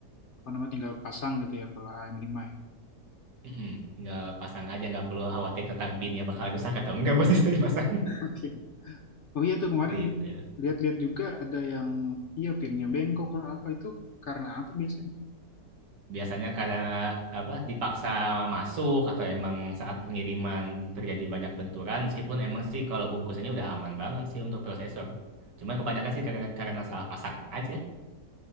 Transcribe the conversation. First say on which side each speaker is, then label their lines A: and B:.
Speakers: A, on the left (about 60°); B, on the right (about 75°).
A: apa namanya tinggal pasang gitu ya kalau A M lima ya.
B: Mm-mm. Tinggal pasang aja, nggak perlu khawatir tentang pinnya bakal rusak atau enggak <laughs> pas itu dipasang.
A: Oke. Oh iya
B: <laughs>
A: tuh kemarin
B: Seperti itu.
A: lihat-lihat juga ada yang iya pinnya bengkok lah apa itu karena apa biasanya?
B: Biasanya karena apa dipaksa masuk atau emang saat pengiriman terjadi banyak benturan meskipun emang sih kalau bungkusannya udah aman banget sih untuk prosesor. Cuma kebanyakan sih karena, karena salah pasang aja.